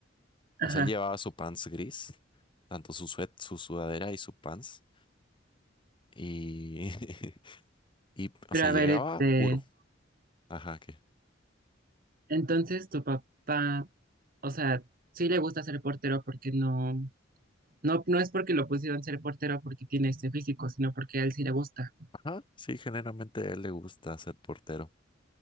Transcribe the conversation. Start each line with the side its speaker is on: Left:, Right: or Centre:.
Left: o
Right: Ajá.
Left: sea, él llevaba su pants gris, tanto su suet- su sudadera y su pants, y, <laughs> y, o
Right: Pero
Left: sea,
Right: a
Left: llegaba
Right: ver, este,
Left: puro. Ajá, que,
Right: Entonces, tu papá, o sea, sí le gusta ser portero porque no, no, no es porque lo pusieron ser portero porque tiene este físico, sino porque a él sí le gusta.
Left: ajá, sí, generalmente a él le gusta ser portero.